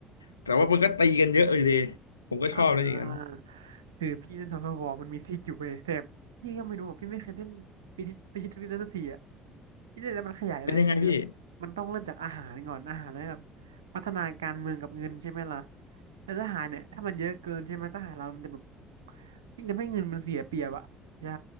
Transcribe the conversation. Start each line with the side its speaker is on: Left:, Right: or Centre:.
Left: แต่ว่ามันก็ตีกันเยอะอยู่ดีผมก็ชอบนะอย่างนั้น
Right: อ่าคือพี่เล่น Total War มันมีทริคอยู่เว้ยแต่พี่ก็ไม่รู้อ่ะพี่ไม่เคยเล่นพิชิตพิชิตทริคได้สักทีอ่ะ ที่เล่นแล้วมันขยายอะไรใช่คือแบบมันต้องเริ่มจากอาหารก่อนอาหารแล้วแบบ
Left: เป็นยังไงพี่
Right: พัฒนาการเมืองกับเงินใช่ไหมล่ะแล้วทหารเนี่ยถ้ามันเยอะเกินใช่ไหมทหารเรามันจะแบบยิ่งทำให้เงินมันเสียเปรียบอะใช่